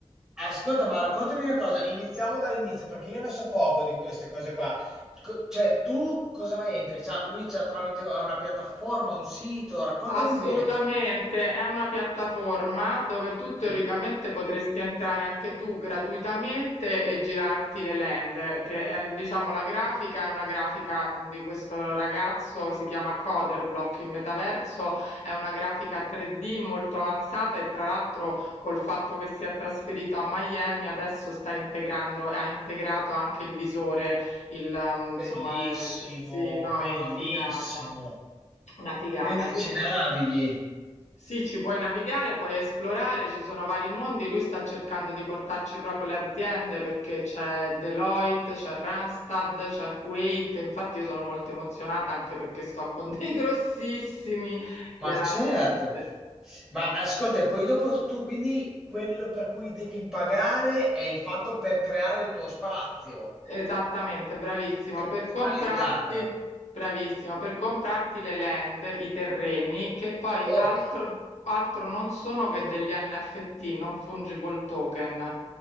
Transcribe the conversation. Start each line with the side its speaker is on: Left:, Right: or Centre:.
Centre: Ascolta, ma raccontami una cosa, iniziamo dall'inizio perché io ne so poco di queste cose qua. Co- cioè, tu cosa entri? C'ha- lui c'ha tramite una piattaforma, un sito, raccontami
Left: Assolutamente,
Centre: bene. come-
Left: è una piattaforma dove tu teoricamente
Centre: Sì.
Left: potresti entrare anche tu gratuitamente e girarti le land, che è, diciamo la grafica è una grafica di questo ragazzo, si chiama Coderblock, il metaverso è una grafica 3D molto avanzata e tra l'altro col fatto che si è trasferito a Miami adesso sta integrando e ha integrato anche il visore, il, um, insomma,
Centre: Bellissimo,
Left: eh, sì, no,
Centre: bellissimo.
Left: è una figata. Una figata,
Centre: Quindi
Left: quindi
Centre: ci navighi.
Left: sì, ci puoi navigare, puoi esplorare, ci sono vari mondi. Lui sta cercando di portarci proprio le aziende perché c'è Deloitte, c'è Randstad, c'è Kuwait. Infatti io sono molto emozionata anche perché sto con dei <laughs> grossissimi, chiaramente.
Centre: Ma certo. Ma ascolta, e poi dopo tu quindi quello per cui devi pagare è il fatto per creare il tuo spazio.
Left: Esattamente, bravissimo.
Centre: per
Left: Per
Centre: personalizzare.
Left: comprarti, bravissimo, per comprarti le land, i terreni, che poi
Centre: Ok,
Left: altro, altro non sono che degli NFT, non fungible token.